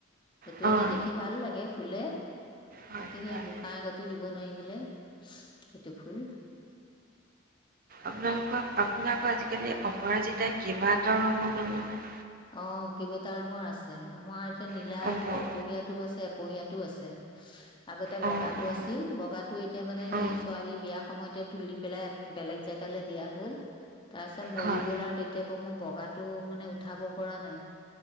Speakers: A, on the left (about 25°); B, on the right (about 45°).
A: সেইটো
B: হয়,
A: এনেই দেখি ভাল লাগে ফুলে।
B: হয়।
A: কিন্তু
B: অ',
A: সেই গোঁসাঁই আগতো দিব নোৱাৰি। বোলে সেইটো ফুল।
B: আপোনালোকক আপোনাক। আজিকালি অপৰাজিতা কিবা এটাও ৰঙৰ হ'ল নহয়।
A: অ কেইবটা ৰঙৰ আছে আমাৰ। নীলা
B: নহয়।
A: সৰহ পহীয়া টো আছে। এপহিয়াতো আছে। আগতে বগাটো
B: অঁ অঁ
A: আছিল বগাটো এতিয়া মানে সেই
B: অঁ
A: ছোৱালী বিয়া সময়তে তুলি পেলাই বেলেগ জেগালৈ দিয়া হ'ল। তাৰ পিছত মৰি
B: হয়
A: গ'ল আৰু তেতিয়া মোৰ বগাত টো মানে উঠাব পৰা নাই।